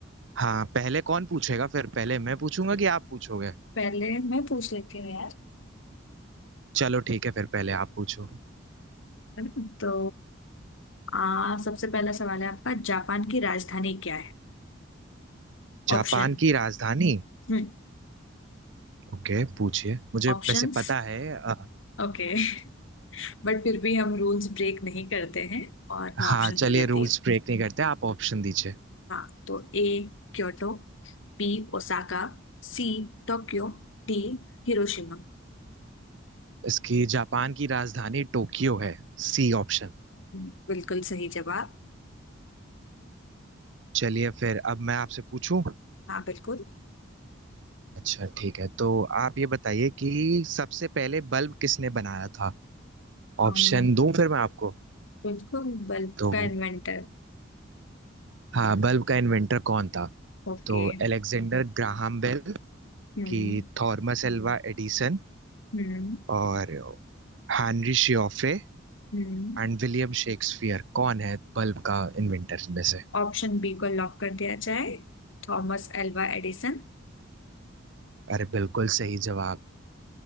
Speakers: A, on the right (about 65°); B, on the left (about 75°).
A: हाँ पहले कौन पूछेगा फिर पहले मैं पूछूंगा कि आप पूछोगे
B: पहले मैं पूछ लेती हूँ यार।
A: चलो ठीक है फिर पहले आप पूछो
B: है ना? तो आ, सबसे पहला सवाल है आपका जापान की राजधानी क्या है
A: जापान
B: Option
A: की राजधानी
B: Hmm
A: ओके पूछिए मुझे
B: Options
A: वैसे पता है अ,
B: Okay <laughs> But फिर भी हम रूल्स ब्रेक नहीं करते हैं और मैं
A: हाँ
B: ऑप्शन
A: चलिए
B: दे देती
A: रूल्स
B: हूँ
A: ब्रेक नहीं करते आप ऑप्शन दीजिए
B: हाँ तो A Kyoto B Osaka C Tokyo D Hiroshima
A: इसकी जापान की राजधानी टोक्यो है C option
B: हम्म, बिल्कुल सही जवाब
A: चलिए फिर अब मैं आपसे पूछूं
B: हाँ बिल्कुल
A: अच्छा ठीक है तो आप ये बताइए कि सबसे पहले बल्ब किसने बनाया था
B: अम,
A: ऑप्शन दूं फिर मैं आपको
B: बिल्कुल बल्ब
A: तो
B: का इन्वेंटर
A: हाँ बल्ब का इन्वेंटर कौन था
B: ओके
A: तो एलेक्जेंडर ग्राहम बेल
B: हम्म
A: की थॉमस एल्वा एडिसन
B: हम्म
A: और हेनरी श्योफ्रे
B: हम्म
A: एंड विलियम शेक्सपियर कौन है बल्ब का इन्वेंटर में से
B: ऑप्शन बी को लॉक कर दिया जाए Thomas Alva Edison
A: अरे बिल्कुल सही जवाब